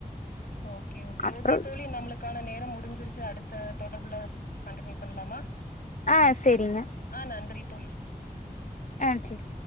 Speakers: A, on the left; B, on the left.
A: ஓகே ஓகே
B: அப்றோ
A: ஓகே தோழி நம்மளுக் க்கான நேரம் முடிஞ்சிருச்சு அடுத்த தொடர்புல கண்டினியூ பண்ணலாமா
B: ஆ சேரிங்க
A: ஆ நன்றி தோழி
B: ஆ செரி